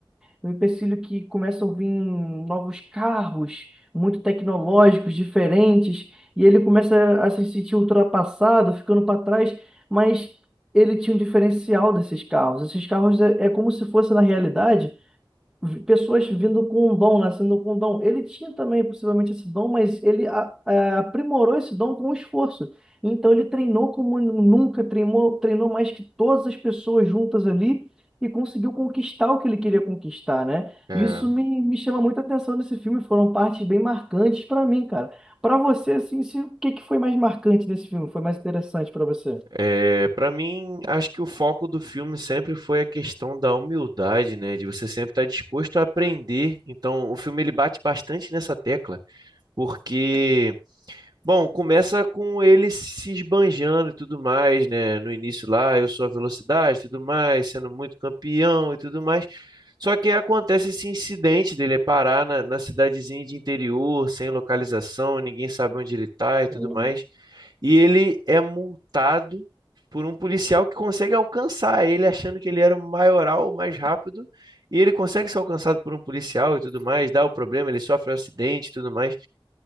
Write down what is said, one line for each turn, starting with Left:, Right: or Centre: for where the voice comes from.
Centre: o empecilho que começam a vir novos carros, muito tecnológicos, diferentes, e ele começa a se sentir ultrapassado, ficando para trás, mas ele tinha um diferencial desses carros. Esses carros é, é como se fosse na realidade vi- pessoas vindo com um dom, nascendo com um dom. Ele tinha também possivelmente esse dom, mas ele a- a- aprimorou esse dom com esforço. Então ele treinou como nunca, treinou, treinou mais que todas as pessoas juntas ali e conseguiu conquistar o que ele queria conquistar, né?
Right: É,
Centre: Isso me, me chama muita atenção nesse filme, foram partes bem marcantes para mim, cara. Para você, assim, se, o que que foi mais marcante nesse filme? Foi mais interessante para você?
Right: é, para mim, acho que o foco do filme sempre foi a questão da humildade, né? De você sempre estar disposto a aprender. Então, o filme ele bate bastante nessa tecla, porque Bom, começa com ele se esbanjando e tudo mais, né? No início lá, eu sou a velocidade e tudo mais, sendo muito campeão e tudo mais. Só que aí acontece esse incidente dele parar na, na cidadezinha de interior, sem localização, ninguém sabe onde ele tá e tudo
Centre: Hum.
Right: mais. E ele é multado por um policial que consegue alcançar ele, achando que ele era o maioral, o mais rápido. E ele consegue ser alcançado por um policial e tudo mais, dá o problema, ele sofre um acidente e tudo mais.